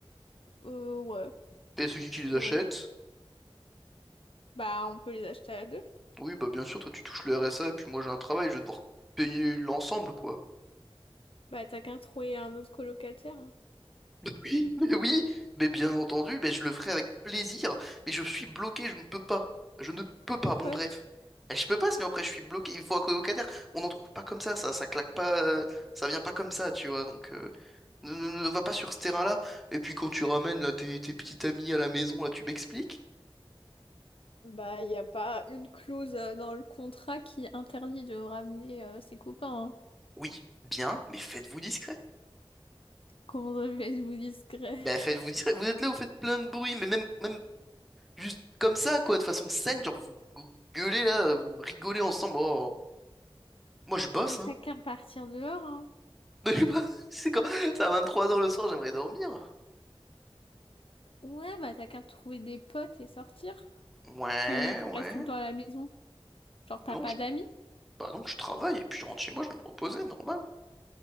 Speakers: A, on the left; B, in the centre.
A: Euh, ouais,
B: Et c'est qui qui
A: faudrait.
B: les achète?
A: Bah, on peut les acheter à deux.
B: Oui, bah bien sûr, toi tu touches le RSA et puis moi j'ai un travail, je vais devoir payer l'ensemble, quoi.
A: Bah, t'as qu'à trouver un autre colocataire. hein.
B: Mais <laughs> oui. Mais oui, mais bien entendu, mais je le ferai avec plaisir, mais je suis bloqué, je ne peux pas. Je ne peux pas,
A: Pourquoi?
B: bon bref. Je peux pas, sinon après je suis bloqué, il me faut un colocataire. On n'en trouve pas comme ça, ça, ça claque pas, euh, ça vient pas comme ça, tu vois, donc euh, ne, ne- ne va pas sur ce terrain-là. Et puis quand tu ramènes là tes, tes petites amies à la maison, là tu m'expliques?
A: Bah, il n'y a pas une clause euh, dans le contrat qui interdit de ramener euh, ses copains. hein.
B: Oui, bien, mais faites-vous discret.
A: Comment ça fait vous discret?
B: Ben faites-vous discret, vous êtes là, vous faites plein de bruit, mais même, même Juste comme ça, quoi, de façon saine, genre vous, vous gueulez là, vous rigolez ensemble. Oh, moi je bosse,
A: Mais
B: hein.
A: t'as qu'à partir dehors, hein.
B: <laughs> Je sais pas, C'est quand... C'est à 23 heures le soir, j'aimerais dormir.
A: Ouais, bah t'as qu'à trouver des potes et sortir.
B: Ouais,
A: Tu, tu
B: ouais.
A: restes tout le temps à la maison. Genre, t'as
B: Bah non,
A: pas
B: je...
A: d'amis?
B: bah non, je travaille, et puis je rentre chez moi, je vais me reposer, normal.